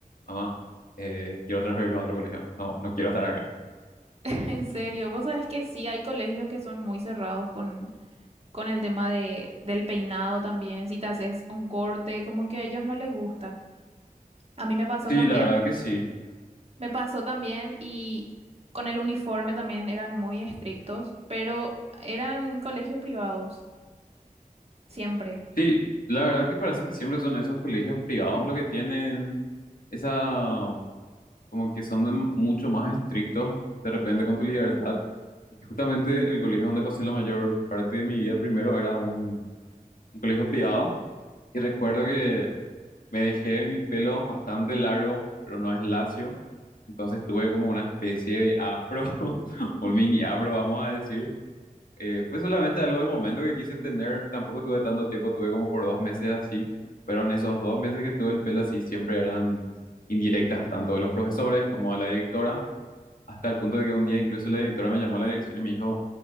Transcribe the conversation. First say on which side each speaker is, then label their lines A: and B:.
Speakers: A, on the left (about 80°); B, on the right (about 45°).
A: mamá, eh, quiero transferirme a otro colegio, no, no quiero estar acá.
B: En serio, vos sabés que sí, hay colegios que son muy cerrados con, con el tema de, del peinado también, si te haces un corte, como que a ellos no les gusta. A mí me pasó
A: Sí,
B: también,
A: la verdad que sí.
B: me pasó también y con el uniforme también eran muy estrictos, pero eran colegios privados, siempre.
A: Sí, la verdad que parece que siempre son esos colegios privados los que tienen esa, como que son de- mucho más estrictos de repente con tu libertad. Porque Justamente el colegio donde pasé la mayor parte de mi vida primero era un un colegio privado y recuerdo que me dejé mi pelo bastante largo, pero no es lacio, entonces tuve como una especie de afro, <laughs> un mini afro, vamos a decir. Eh, fue solamente algo del momento que quise tener, tampoco tuve tanto tiempo, tuve como por dos meses así, pero en esos dos meses que tuve el pelo así siempre eran indirectas tanto de los profesores como de la directora, hasta el punto de que un día incluso la directora me llamó a la dirección y me dijo